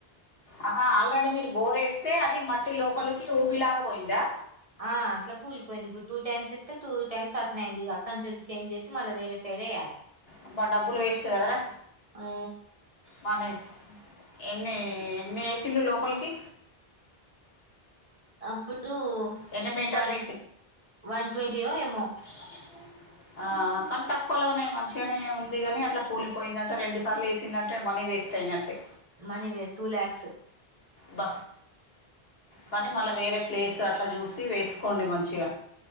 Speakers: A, on the left (about 70°); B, on the right (about 35°).
A: ఆహా ఆల్రెడీ మీరు బోర్ వేస్తే అది మట్టి లోపలికి ఊబి లాగా పోయిందా
B: ఆ అట్లా కూలిపోయింది ఇప్పుడు టూ టైమ్స్ ఏస్తే టూ టైమ్స్ అట్నే అయింది ఈగ అక్కడ నుంచి చేంజ్ చేసి మళ్ళీ వేరే సైడ్ వేయ్యలే
A: అబ్బా డబ్బులు వేస్ట్ కదరా
B: ఆ
A: బానే ఎన్ని ఎన్ని ఏసీళ్ళు లోపలికి
B: అప్పుడు
A: ఎన్ని మీటర్లు
B: వన్ వన్ ట్వంటీయో ఏమో
A: మనకు ఆ కానీ తక్కువలో మంచిగానే ఉంది కాని అట్లా కూలిపోయిందంటే రెండు సార్ల వేసినట్ అంటే మనీ వేస్ట్ అయినట్టే
B: మనీ వేస్ టూ లాక్స్
A: బ్బ కానీ మళ్ళా వేరే ప్లేస్ అట్లా చూసి వేసుకోండి మంచిగా